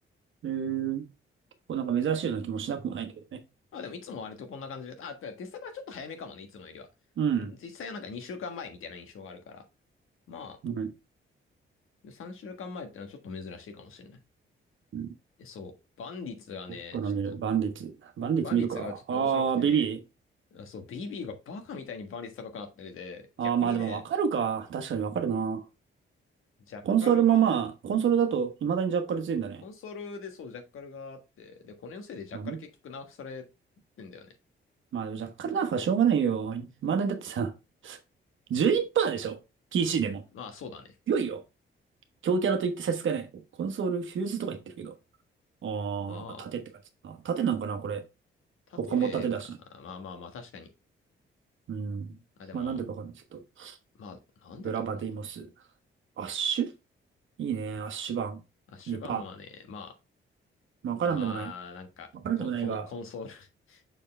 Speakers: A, on the right; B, on the left.
A: えー、こうなんか珍しいような気もしなくもないんだけどね。
B: まあでも、いつも割とこんな感じで、あ、テストサーバーちょっと早めかもね、いつもよりは。
A: うん。
B: 実際はなんか2週間前みたいな印象があるから。ま
A: うん。
B: あ、3週間前ってのはちょっと珍しいかもしれない。
A: うん
B: でそう、万率がね、
A: 僕から見る。
B: ちょっと、
A: バンディッツ。バンディッツ見るか。
B: 万率がちょっと面白くてね、
A: あー、ベビー。
B: そう、BB がバカみたいに万率高くなってて、
A: あー、
B: 逆にね、
A: まあでもわかるか。確かにわかるな。
B: ジャッカルが、
A: コンソールもまあ、コンソールだと未だにジャッカルついてんだね。
B: コンソールでそう、ジャッカルがあって、で、これのせいでジャッカル結局ナーフされ
A: ダメ
B: てんだよね。
A: まあ、ジャッカルなんかしょうがないよ。未だにだってさ、11%でしょ ?PC でも。
B: まあ、そうだね。
A: 強いよ。強キャラと言って差し支えない。コンソール、フューズとか言ってるけど。ああ、
B: まあ、
A: なんか盾って感じだな。盾なんかな、これ。
B: 縦が、
A: 他も盾だし。
B: まあまあまあ、確かに。
A: うん。
B: あ、でも、
A: まあ、なんでかわかんないですけど。
B: まあ、なんでだろうね。
A: ブラバディモス。アッシュいいね。アッシュ版。
B: アッシュバーンはね、
A: 2%。
B: ま
A: まあわからんでもない。
B: あ、まあ、なんか、
A: わからんでもないが。
B: コ、コン、コンソール、<laughs>